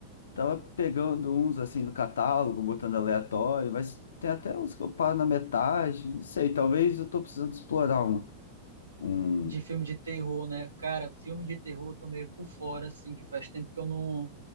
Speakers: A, on the left (about 65°); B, on the right (about 75°).
A: tava pegando uns, assim, do catálogo, botando aleatório, mas tem até uns que eu paro na metade, não sei, talvez eu tô precisando explorar um... um
B: De filme de terror, né? Cara, filme de terror eu tô meio por fora, assim, que faz tempo que eu não,